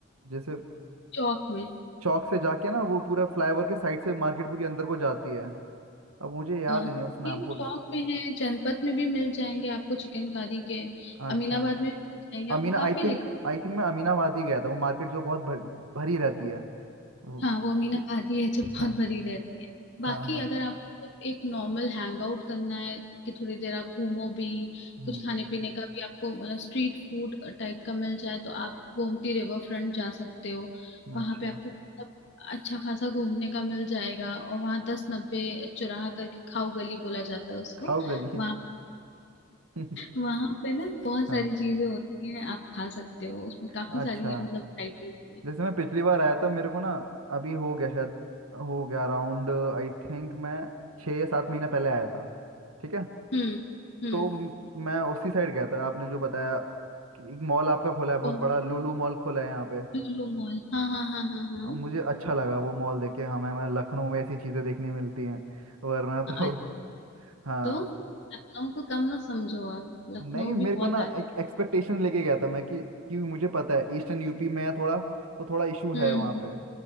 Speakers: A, on the right (about 85°); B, on the left (about 55°).
A: जैसे
B: चौक में
A: चौक से जाके ना वो पूरा फ्लाईओवर के साइड से मार्केट पूरी अंदर को जाती है अब मुझे याद
B: अ,
A: नहीं है उस नाम
B: नहीं,
A: को
B: चौक में है जनपथ में भी मिल जाएंगे आपको चिकनकारी के
A: अच्छा
B: अमीनाबाद में भी मिल जाएंगे
A: अमीना
B: आपको काफी
A: आई थिंक
B: जगह
A: आई थिंक मैं अमीनाबाद ही गया था वो मार्केट जो बहुत भरी भरी रहती है वो-
B: हाँ वो अमीना खाती है जो बहुत
A: हाँ
B: भरी रहती है बाकी
A: हाँ हाँ
B: अगर आप एक नॉर्मल हैंग आउट करना है कि थोड़ी देर आप घूमो भी
A: हम्म
B: कुछ खाने पीने का भी आपको मतलब स्ट्रीट फूड टाइप का मिल जाए तो आप गोमती रिवर फ्रंट जा सकते हो वहां
A: अच्छा
B: पे आपको मतलब अच्छा खासा घूमने का मिल जाएगा और वहाँ दस नब्बे चौराहा करके खाऊ गली बोला जाता है उसको
A: खाओ गली
B: वहां
A: <laughs>
B: वहां <laughs> पे ना बहुत
A: हाँ
B: सारी चीजें होती हैं आप खा सकते हो उसमें काफी
A: अच्छा
B: सारी मतलब वैरायटी होती है
A: जैसे मैं पिछली बार आया था मेरे को ना अभी हो गया शायद हो गया अराउंड आई थिंक मैं छः या सात महीने पहले आया था ठीक है
B: हम्म हम्म
A: तो म- मैं उसी साइड गया था आपने जो बताया कि एक मॉल आपका खोला है बहुत
B: को
A: बड़ा लुलु मॉल खोला है यहाँ पे
B: लुलु मॉल हाँ हाँ हाँ हाँ हाँ
A: अब मुझे अच्छा लगा वो मॉल देख के हमें हमें लखनऊ में ऐसी चीज़ें देखने मिलती हैं वरना <laughs> तो
B: आज
A: हाँ
B: तो लखनऊ को कम मत समझो आप लखनऊ
A: नहीं मेरे
B: भी बहुत
A: को ना
B: आगे
A: एक
B: है
A: एक्सपेक्टेशन लेके गया था मैं कि कि मुझे पता है ईस्टर्न यूपी में है थोड़ा तो थोड़ा इशू
B: हम्म
A: है वहाँ पे